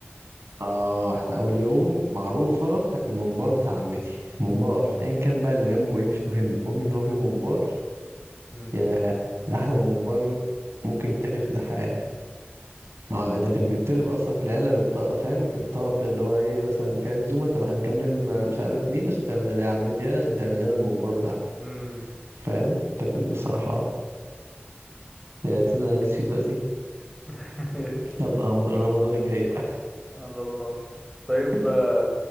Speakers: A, on the right; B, in the centre.
A: اه احنا اول يوم معروفة الممبار بتاع عمتي ممبار ايا كان بقى اللي جنبه ايه مش مهم المهم ان هو في ممبار
B: امم
A: ياه ده أحلى ممبار ممكن يتاكل في الحياة مع ده كان بيتطلب أصلا في العيلة بالط... فاهم بالطلب كده اللي هو إيه مثلا في عزومة طب هنكلم آه، مش عارف مين عشان تعمل لنا يا عمتي أنا عشان تعمل لنا الممبار بتاعها
B: امم
A: فاهم فكان بصراحة يا تصدق أنا نفسي فيه دلوقتي
B: <laughs>
A: يلا رمضان رمضان الجاي بقى
B: على الله طيب
A: <laughs>
B: آه،